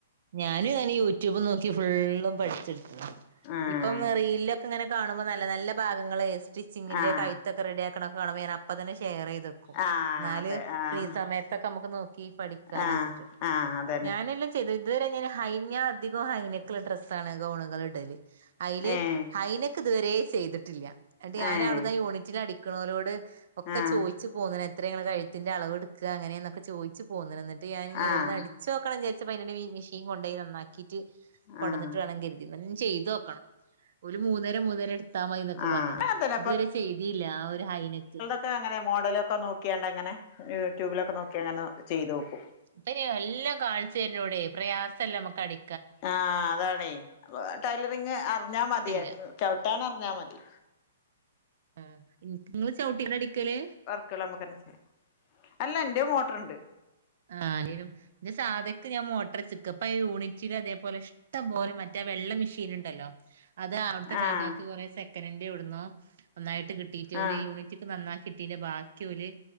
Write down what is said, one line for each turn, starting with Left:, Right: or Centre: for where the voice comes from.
Right: ഞാനും ഞാന് യൂട്യൂബ് നോക്കി ഫുള്ളും പഠിച്ചെടുത്തത്
Left: ആഹ്
Right: ഇപ്പൊന്നും റീൽ ഇങ്ങനെ കാണുമ്പോ നല്ല നല്ല ഭാഗങ്ങള് സ്റ്റിച്ചിങ്ങിന്റെ
Left: ആഹ്
Right: കഴുത്തൊ- റെഡി ആക്കണക്കെ കാണുമ്പോ ഞാൻ അപ്പതന്നെ ഷെയർ ചെയ്ത് ഇടും
Left: ആഹ്
Right: എന്നാല്
Left: അതെ ആഹ്
Right: ഫ്രീ സമയത്തൊക്കെ നമ്മുക്ക് നോക്കി പഠിക്കാലൊ
Left: ആഹ്
Right: വച്ചിട്ട്
Left: ആഹ് അതന്നെ
Right: ഞാനല്ല ചെയ്ത ഇതുവരെ ഞാൻ ഹൈഞ്ഞ അധികം ഹൈനെക്കുള്ള ഡ്രസ്സണ് ഗൗണുകൾ ഇടല് അതില്
Left: ഏഹ്
Right: ഹൈനെക്ക് ഇതുവരെ ചെയ്തിട്ടില്ല എന്നിട്ട് ഞാൻ
Left: ഏഹ്
Right: അവിടുന്ന് യൂണിറ്റിൽ അടിക്കുന്നോരോട് അടിക്കുന്നവരോട് ഒക്കെ
Left: ആഹ്
Right: ചോയിച്ചു പോന്ന്ണ് എത്രയാണ് കഴുത്തിന്റെ അളവെടു- അങ്ങനെയന്നക്കെ ചോദിച്ച് പോന്നുണു എന്നിട്ട് ഞൻ
Left: ആഹ്
Right: ഇവിടുന്ന് അടിച്ച് നോക്കണം വിചാരിച്ചപ്പോ അതിൻ്റെ ഇടേല് മെഷീൻ കൊണ്ടയി നന്നാക്കി ക്കീട്ട് കൊടന്നിട്ട്
Left: ആഹ്
Right: വേണം കരുതി എന്ന ചെയ്ത് നോക്കണം ഒരു മൂന്നര മൂന്നര ത്താമായി എന്നൊക്കെ
Left: ആഹ്
Right: പറഞ്ഞണ്
Left: അങ്ങൻതന്നെ
Right: ഇതുവരെ ചെയ്തിയില്ല ആ ഒരു ഹൈനെറ്റ്
Left: ഒക്കെ അങ്ങനെ മോഡലൊക്കെ നോക്കിയാണ്ട അങ്ങനെ യൂട്യൂബിലൊക്കെ നോക്കി അങ്ങനെ ചെയ്ത് നോക്കും
Right: ഇപ്പം അയിന് എല്ലാം കാണിച്ചു തരുന്നൂടെ പ്രയാസം എല്ലാം നമ്മക്കടി
Left: ആ അതാണേ ടൈലറിങ് അറിഞ്ഞാ മതിയായിരുന്നു
Right: ട്ടില്ല
Left: ചവിട്ടാൻ അറിഞ്ഞാ മതി
Right: ആ എനിക്ക് നിങ്ങള് ചവിട്ട്യോണ്ടാ അടിക്കല്
Left: നമ്മുക്കുള്ള നമുക്കെന്നെ ചെയ്യാലോ അല്ല എന്റെ മോട്ടറുണ്ട്
Right: ആന്റെ <inaudible> സാധക്ക് ഞാൻ മോട്ടർച്ചി ഇപ്പൊ ഈ യൂണിറ്റില് അതേപോലെ ഇഷ്ടംപോലെ മറ്റേ വെള്ള മെഷീൻ ഉണ്ടല്ലോ അത് അവിടുത്തെ
Left: ആഹ്
Right: കാക്കക്ക് കുറെ സെക്കനൻ്റ് എവിടുന്നോ ഒന്നായിട്ട് കിട്ടീട്ട് ഓല്
Left: ആഹ്
Right: യൂണിറ്റ് നന്നാക്കിട്ത്തീൻ്റെ ബാക്കി ഓല്